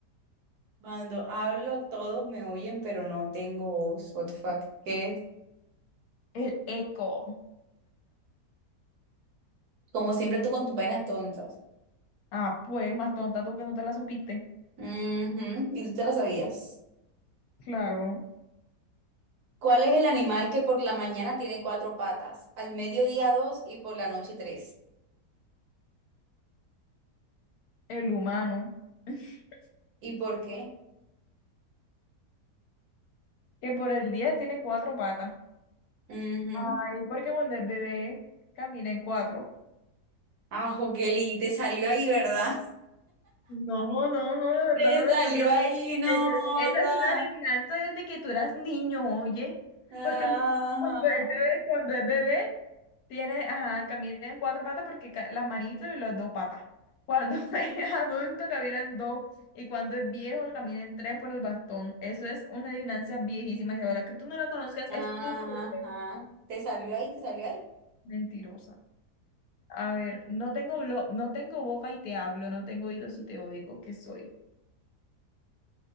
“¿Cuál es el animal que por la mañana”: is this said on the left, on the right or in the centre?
Right